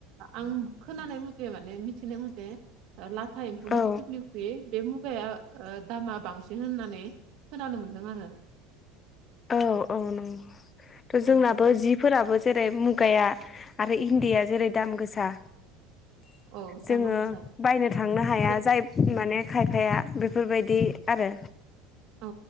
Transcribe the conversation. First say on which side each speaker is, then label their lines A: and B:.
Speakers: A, on the right (about 60°); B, on the left (about 35°).
A: आं खोनानाय मथे माने मिथिनाय मथे लाथा एम्फौनि
B: औ
A: फिथोबनि बे बे मुगाया ओ दामा बांसिन होननानै खोनानो मोन्दों आरो
B: औ औ नंगौ जोंनाबो
A: औ
B: जिफोराबो जेरै मुगाया आरो इन्दिया जेरै दाम गोसा
A: औ दामा
B: जोंङो
A: गोसा
B: बायनो थांनो हाया
A: आरो
B: जाय माने खायफाया बेफोरबायदि आरो
A: औ